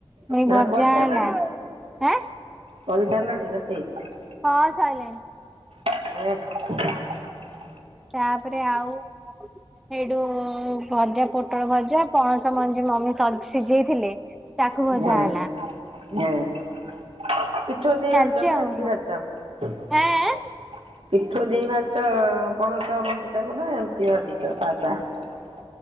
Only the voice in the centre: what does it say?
ପୁଣି
ଭଜା
ହେଲା। ଆଁ
ହଁ ସାଇଲାଣି।
ତାପରେ ଆଉ ସେଇଠୁ ଭଜା, ପୋଟଳ ଭଜା, ପଣସ ମଞ୍ଜି ମମି ସିଝେଇଥିଲେ ତାକୁ ଭଜା
ହେଲା
ଚାଲିଛି
ଆଉ
ଆଁ